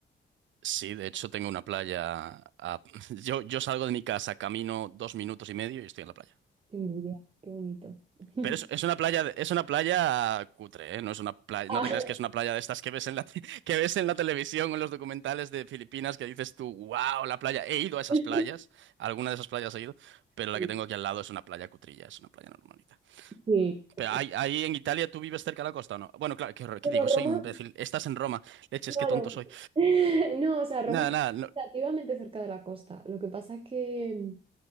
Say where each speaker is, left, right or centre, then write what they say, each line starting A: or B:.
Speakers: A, on the right; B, on the right.
A: Sí, de hecho, tengo una playa. a- <laughs> Yo, yo salgo de mi casa, camino dos minutos y medio y estoy en la playa.
B: Qué envidia, qué bonito. <laughs>
A: Pero es, es una playa, de- es una playa cutre, ¿eh? No es una playa,
B: Ah,
A: no te creas que es una playa de estas que ves en la, te- <laughs> que ves en la televisión o en los documentales de Filipinas que dices tú, wow, la playa. He ido a esas
B: <laughs>
A: playas, a alguna de esas playas he ido, pero
B: sí,
A: la que tengo aquí al lado es una playa cutrilla, es una playa normalita.
B: sí.
A: Pero
B: ok.
A: ahí, ahí en Italia, ¿tú vives cerca de la costa o no? Bueno, claro, qué, horror, qué
B: Bueno,
A: digo?
B: Roma.
A: Soy imbécil. Estás en Roma. Leches,
B: Claro.
A: qué tonto soy.
B: <laughs> No, o sea, Roma
A: Nada,
B: está
A: nada, no-
B: relativamente cerca de la costa. Lo que pasa es que mm,